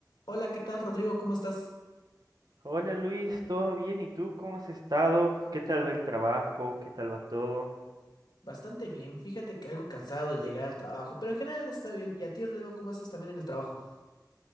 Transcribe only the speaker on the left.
Hola, ¿qué tal, Rodrigo? ¿Cómo estás?
Bastante bien. Fíjate que algo cansado de llegar al trabajo, pero en general está bien. ¿Y a ti, Rodrigo, cómo estás también en el trabajo?